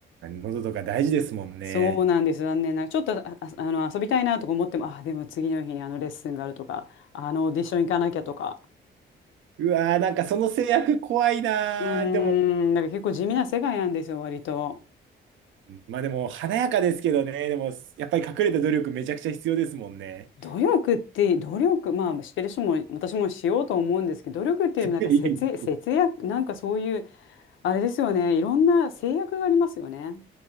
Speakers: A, on the right; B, on the left.
A: 喉とか大事ですもんね。
B: そうなんです、残念ながら。ちょっと、あ、ああの、遊びたいなとか思っても、あ、でも次の日にあのレッスンがあるとか、あのオーディション行かなきゃとか。
A: うわー、なんかその制約怖いなー。
B: うーん、
A: でも、
B: だから結構地味な世界なんですよ、割と。
A: まあでも、華やかですけどね。でも、やっぱり隠れた努力めちゃくちゃ必要ですもんね。
B: 努力って、努力、まあ、してる人も、私もしようと思うんですけど、努力っていうよりもなんか節約、
A: <laughs> いやいや
B: 節約、なんかそういう、あれですよね、いろんな制約がありますよね。